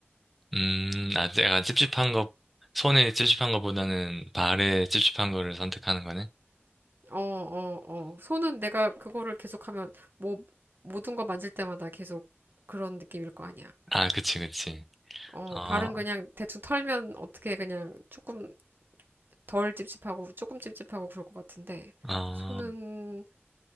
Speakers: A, in the centre; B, on the right.
A: 음, 아, 약간 찝찝한 거, 손에 찝찝한 거보다는 발에 찝찝한 거를 선택하는 거네?
B: 어, 어, 어. 손은 내가 그거를 계속하면 뭐, 모든 거 만질 때마다 계속 그런 느낌일 거 아니야.
A: 아, 그치, 그치.
B: 어,
A: 아,
B: 발은 그냥 대충 털면 어떻게 그냥 조금 덜 찝찝하고 조금 찝찝하고 그럴 것 같은데,
A: 아,
B: 손은